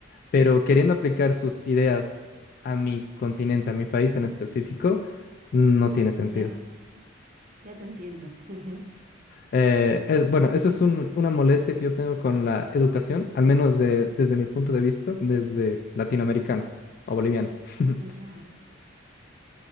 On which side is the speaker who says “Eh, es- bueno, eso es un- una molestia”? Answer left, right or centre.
Left